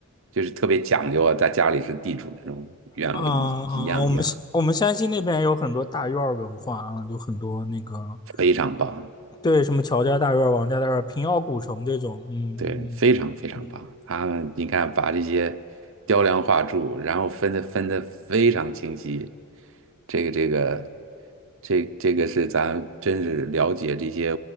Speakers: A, on the right (about 65°); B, on the left (about 20°).
A: 就是特别讲究啊，在家里是地主那种院落一一样一样，
B: 啊啊啊，我们我们山西那边有很多大院儿文化啊，有很多那个，
A: 非常棒。
B: 对，什么乔家大院儿、王家大院儿、平遥古城这种，嗯嗯嗯，
A: 对，非常非常棒。他们你看，把这些雕梁画柱，然后分的分的非常清晰。这个这个这这个是咱真是了解这些